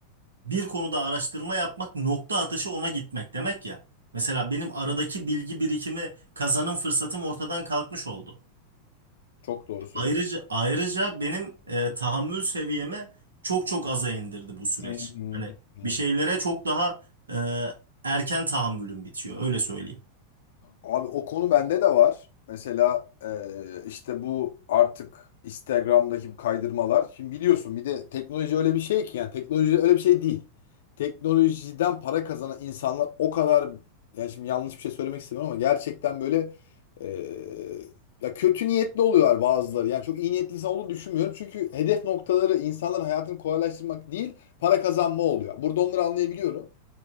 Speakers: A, on the right (about 70°); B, on the left (about 55°).
A: bir konuda araştırma yapmak nokta atışı ona gitmek demek ya. Mesela benim aradaki bilgi birikimi kazanım fırsatım ortadan kalkmış oldu.
B: çok doğru söylüyorsun.
A: Ayrıca ayrıca benim e, tahammül seviyemi çok çok aza indirdi bu süreç.
B: Hı hı
A: Hani
B: hı.
A: bir şeylere çok daha e, erken tahammülüm bitiyor öyle söyleyeyim.
B: Abi o konu bende de var. Mesela eee, işte bu artık Instagram'daki bu kaydırmalar. Şimdi biliyorsun bir de teknoloji öyle bir şey ki yani teknoloji öyle bir şey değil. Teknolojiden para kazanan insanlar o kadar yani şimdi yanlış bir şey söylemek istemiyorum ama gerçekten böyle eee, ya kötü niyetli oluyorlar bazıları. Yani çok iyi niyetli insan olduğunu düşünmüyorum. Çünkü hedef noktaları insanların hayatını kolaylaştırmak değil, para kazanma oluyor. Burada onları anlayabiliyorum.